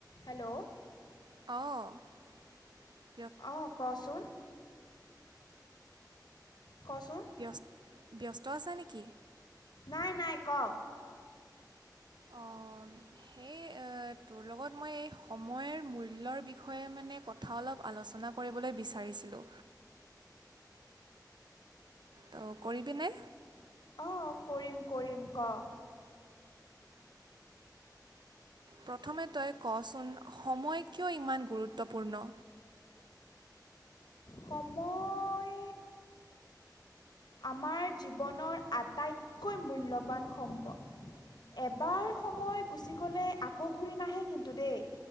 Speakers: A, on the left; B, on the right.
A: Hello.
B: অ'হ।
A: অ' কচোন। কচোন।
B: ব্যস্ত ব্যস্ত আছো নেকি?
A: নাই নাই ক'
B: অ' সেই তোৰ লগত মই এই সময়ৰ মূল্যৰ বিষয়ে মানে কথা অলপ আলোচনা কৰিবলৈ বিচাৰিছিলো। ত' কৰিবিনে?
A: অঁ কৰিম কৰিম ক'।
B: প্ৰথমে তই কচোন সময় কিয় ইমান গুৰুত্বপূৰ্ণ?
A: সময় আমাৰ জীৱনৰ আটাইতকৈ মূল্যৱান সম্পদ। এবাৰ সময় গুচি গ'লে আকৌ ঘূৰি নাহে কিন্তু দেই